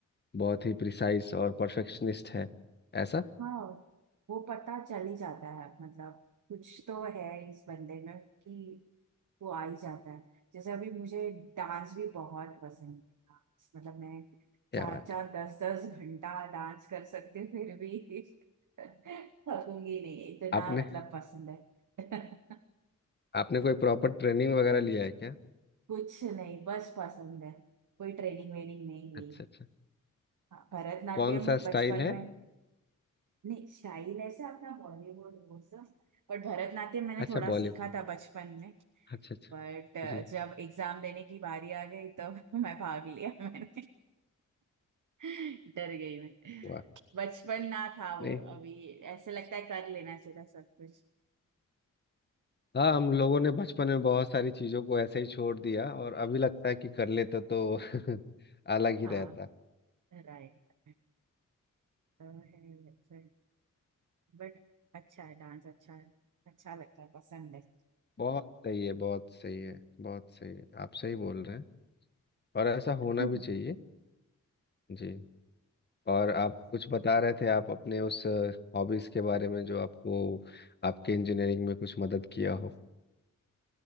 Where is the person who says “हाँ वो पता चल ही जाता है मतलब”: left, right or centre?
Right